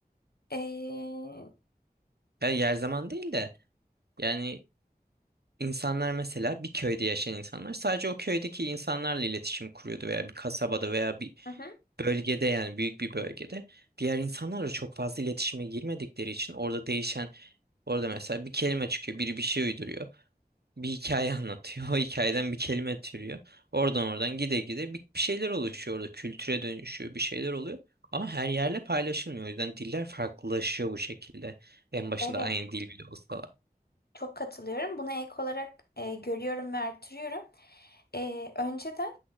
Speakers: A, on the left; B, on the right.
A: Eee,
B: ya yer zaman değil de yani İnsanlar mesela bir köyde yaşayan insanlar sadece o köydeki insanlarla iletişim kuruyordu veya bir kasabada veya bir
A: hı hı,
B: bölgede yani büyük bir bölgede diğer insanlarla çok fazla iletişime girmedikleri için orada değişen orada mesela bir kelime çıkıyor biri bir şey uyduruyor bir hikaye anlatıyor <laughs> o hikayeden bir kelime türüyor oradan oradan gide gide bir, bir şeyler oluşuyor orada kültüre dönüşüyor bir şeyler oluyor ama her yerle paylaşılmıyor o yüzden diller farklılaşıyor bu şekilde en başında
A: evet.
B: aynı dil bile olsa.
A: Çok katılıyorum. Buna ek olarak e, görüyorum ve artırıyorum. Ee, önceden